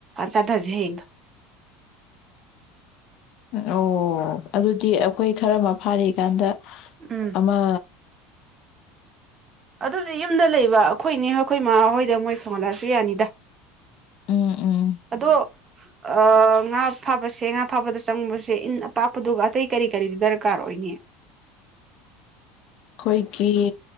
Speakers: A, on the right; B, on the left.
A: ꯆꯠꯊꯁꯦ ꯍꯌꯦꯡꯗꯣ
B: ꯑꯣ ꯑꯗꯨꯗꯤ ꯑꯩꯈꯣꯏ ꯈꯔ ꯑꯃ ꯐꯥꯔꯤꯀꯥꯟꯗ
A: ꯎꯝ
B: ꯑꯃ
A: ꯑꯗꯨꯗꯤ ꯌꯨꯝꯗ ꯂꯩꯕ ꯑꯩꯈꯣꯏꯅꯦ ꯑꯩꯈꯣꯏ ꯃꯃꯥꯍꯣꯏꯗ ꯃꯣꯏ ꯁꯧꯍꯠꯂꯛꯁꯨ ꯌꯥꯅꯤꯗ
B: ꯎꯝ ꯎꯝ
A: ꯑꯗꯣ ꯑ ꯉꯥ ꯐꯥꯕꯁꯦ ꯉꯥ ꯐꯥꯕꯗ ꯆꯪꯕꯁꯦ ꯏꯟ ꯑꯄꯥꯛꯄꯗꯨꯒ ꯑꯇꯩ ꯀꯔꯤ ꯀꯔꯤꯗꯤ ꯗꯔꯀꯥꯔ ꯑꯣꯏꯒꯅꯤ꯫ <unintelligible>
B: ꯑꯩꯈꯣꯏꯒꯤ꯫